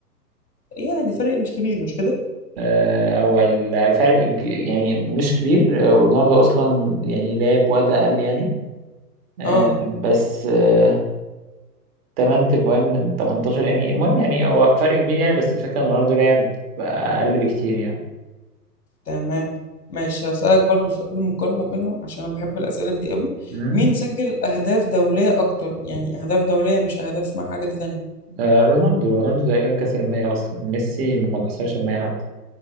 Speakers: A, on the left; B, on the right.
A: يعني فرق مش كبير مش كده
B: آه هو الفرق ج- يعني مش كبير آه ورونالدو أصلا يعني لعب وقت أقل يعني آه
A: اه
B: بس آه تمن تجوان من تمنتاشر يعني المهم يعني هو فرق كبير يعني بس الفكرة إن رونالدو لعب أقل بكتير يعني
A: تمام ماشي هسألك برضو سؤال مقارنة بينهم عشان أنا بحب الأسئلة دي قوي
B: مم.
A: مين سجل أهداف دولية أكتر يعني أهداف دولية مش أهداف مع حاجة تانية
B: آه رونالدو رونالدو تقريبا كسر المية أصلا ميسي ما كسرش المية حتى